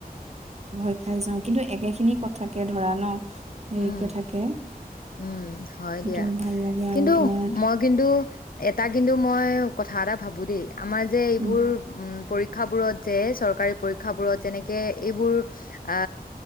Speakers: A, on the right (about 45°); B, on the left (about 65°).
A: ভয় খাই যাও কিন্তু একেখিনি কথাকে ধৰা ন। হেৰিকে
B: উম,
A: থাকে
B: উম। হয়
A: সেইটো
B: দিয়া।
A: ভাল লাগে আৰু
B: কিন্তু
A: তোমাৰ
B: মই কিন্তু এটা কিন্তু মই কথা এটা ভাবো দেই আমাৰ যে এইবোৰ
A: উম,
B: উ প পৰীক্ষাবোৰত যে, চৰকাৰী পৰীক্ষাবোৰত যেনেকে এইবোৰ আ